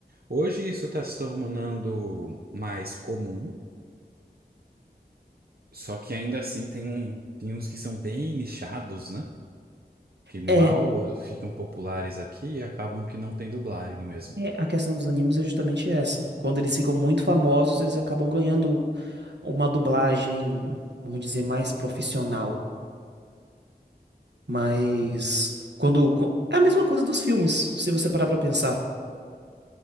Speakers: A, on the right; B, on the right.
A: Hoje isso está se tornando mais comum. Só que ainda assim tem um, tem uns que são bem nichados, né? Que mal
B: É.
A: ficam populares aqui e acabam que não tem dublagem mesmo.
B: É, a questão dos animes é justamente essa. Quando eles ficam muito famosos, eles acabam ganhando uma dublagem, vamos dizer, mais profissional. Mas quando, co- é a mesma coisa dos filmes, se você parar pra pensar.